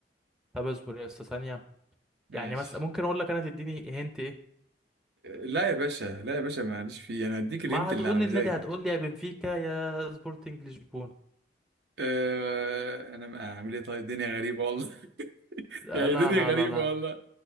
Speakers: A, in the centre; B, on the right.
A: طب اصبر يا استاذ ثانيه
B: ماشي
A: يعني مثلا ممكن اقول لك انا تديني هنت ايه
B: لا يا باشا لا يا باشا معلش فيه انا هديك الهنت
A: ما هتقول
B: اللي على مزاجي
A: لي النادي هتقول لي يا بنفيكا يا سبورتنج لشبونه
B: أه انا ما اعمل ايه طيب الدنيا غريبه والله <laughs>
A: لا
B: يعني
A: لا
B: دنيا
A: لا
B: غريبه
A: لا, لا.
B: والله